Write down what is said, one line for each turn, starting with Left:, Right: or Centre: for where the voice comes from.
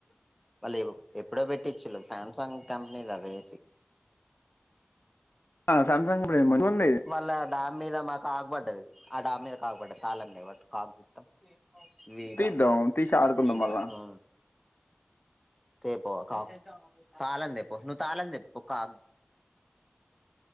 Centre: వాళ్ళు ఎప్పుడో చిల్‌ సామ్ సంగ్ కంపనీ దది ఏ సీ
Left: సామ్సంగ్ మంచిగా ఉంది
Centre: వాళ్ళ డ్యామ్ మీద మా కాగ్బడ్డది ఆ డ్యామ్ మీద కాక్బడ్డది తాలంది బట్టి కాగుపిత్తం వీడాబ
Left: తీద్దాం తీసి ఆడుకుందాం
Centre: ఇంక
Left: మళ్ళా
Centre: ఉ తెపో కా తాళంతేపో నువ్వు తాళ తెేప్పు కా